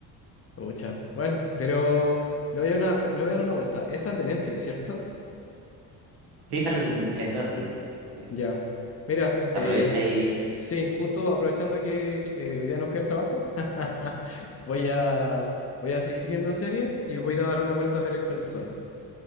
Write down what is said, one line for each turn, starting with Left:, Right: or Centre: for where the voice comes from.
Left: Pucha, bueno, pero le voy a, una- le voy a dar una vuelta. Esa es de Netflix, ¿cierto?
Right: sí están en, en Netflix. Sí.
Left: Ya. Mira, eh,
Right: Aprovecha y...
Left: sí, justo aprovechando que eh, hoy día no fui al trabajo, <laughs> voy a, voy a seguir viendo serie y voy a ir a darle una vuelta a ver el sol.